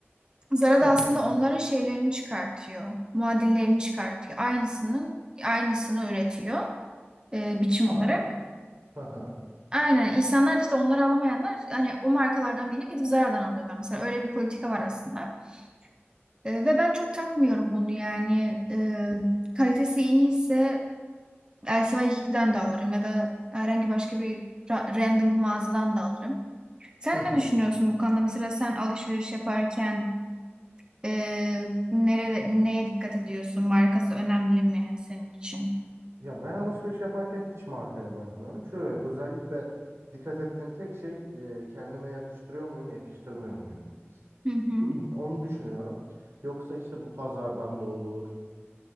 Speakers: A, on the right; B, on the right.
A: Zara
B: Hı
A: da
B: hı.
A: aslında onların şeylerini çıkartıyor. Muadillerini çıkartıyor. Aynısının aynısını üretiyor e, biçim
B: Ama
A: olarak.
B: hı hı.
A: Aynen. İnsanlar da işte onları alamayanlar hani o markalardan birini gidip Zara'dan alıyorlar. Mesela öyle bir politika var aslında. E, ve ben çok takmıyorum bunu yani. E, kalitesi iyiyse LC2'den de alırım ya da herhangi başka bir ra- random bir mağazadan da alırım. Sen
B: Hı hı.
A: ne düşünüyorsun bu konuda? Mesela sen alışveriş yaparken Ee, nerede, neye dikkat ediyorsun? Markası önemli mi senin için?
B: Ya ben alışveriş yaparken hiç markaya bakmıyorum. Şöyle özellikle dikkat ettiğim tek şey e, kendime yakıştırıyor muyum, yakıştırmıyor muyum?
A: Hı hı.
B: <clears throat> Onu düşünüyorum. Yoksa işte bu pazardan da olur.